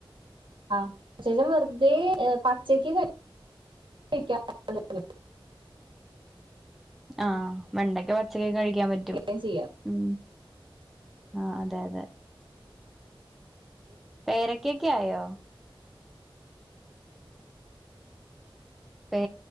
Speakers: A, on the right; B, in the centre.
A: ആ ശേഷം വെർതെ പച്ചക്ക് കഴി <unintelligible>
B: ആ വെണ്ടക്കെ പച്ചക്ക് കഴിക്കാൻ പറ്റും
A: വേണ്ടിയും ചെയ്യാം
B: ഉം ആ അതെ അതെ പേരക്കെക്കായോ പെ